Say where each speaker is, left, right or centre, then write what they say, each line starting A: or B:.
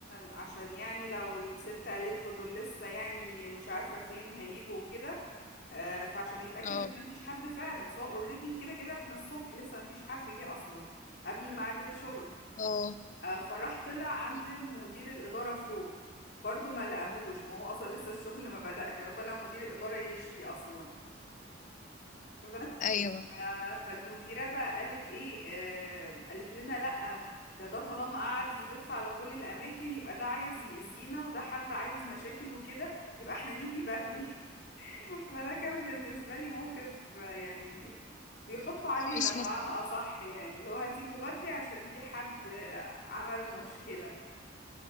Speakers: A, on the left; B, on the left.
A: عشان يعني لو الست قالت له دول لسه يعني مش عارفة فين هيجوا وكده آه، فعشان يتأكد
B: اه
A: ان مفيش حد فعلا سواء اوريدي كده كده احنا الصبح لسه مفيش حد جه اصلا قبل ميعاد الشغل
B: اه
A: آه، فراح طلع عند
B: مم.
A: مدير الإدارة فوق برضه ما لقاهوش ما هو اصلا لسه الشغل ما بدأش هو طلع مدير الإدارة يشكي اصلا بس
B: ايوه
A: ف... فالمديرة بقى قالت ايه آه قالت لنا لأ ده ده طالما قعد يلف على كل الأماكن يبقى ده عايز يأذينا وده حد عايز مشاكل وكده يبقى احنا نيجي بدري <laughs> فده كان بالنسبة لي موقف آه، يعني بيحطوا علينا
B: مش
A: بمعنى
B: مف...
A: أصح يعني اللي هو هتيجوا بدري عشان في حد آه، عمل مشكلة